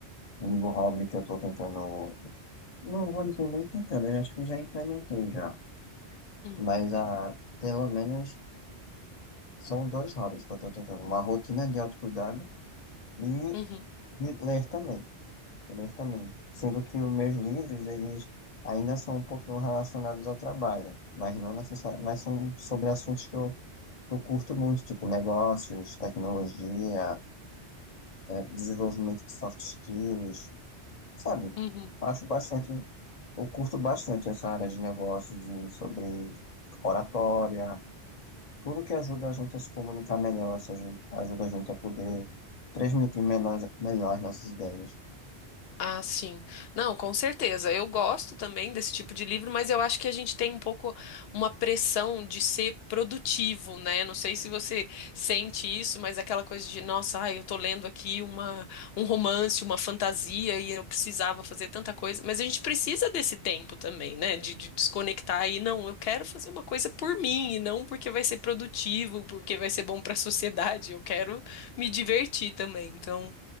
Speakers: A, on the left; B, on the left.
A: meu hobby que eu tô tentando. Não vou dizer nem tentando, eu acho que já implementei já.
B: Hum,
A: Mas ah, pelo menos são dois hobbies que eu tô tentando. Uma rotina de autocuidado e
B: uhum,
A: de ler também. Ler também. Sendo que os meus livros, eles ainda são um pouquinho relacionados ao trabalho, mas não necessariamente, mas são sobre assuntos que eu, que eu curto muito, tipo negócios, tecnologia, desenvolvimento de soft skills, sabe?
B: uhum.
A: Acho bastante, eu curto bastante essa área de negócios, de- sobre oratória, tudo que ajuda a gente a se comunicar melhor, se aju- ajuda, a gente a poder transmitir melhor, melhor as nossas ideias.
B: Ah, sim. Não, com certeza. Eu gosto também desse tipo de livro, mas eu acho que a gente tem um pouco uma pressão de ser produtivo, né? Não sei se você sente isso, mas aquela coisa de, nossa, ai, eu tô lendo aqui uma, um romance, uma fantasia e eu precisava fazer tanta coisa. Mas a gente precisa desse tempo também, né? De, de desconectar e não, eu quero fazer uma coisa por mim e não porque vai ser produtivo, porque vai ser bom para a sociedade. Eu quero me divertir também. Então.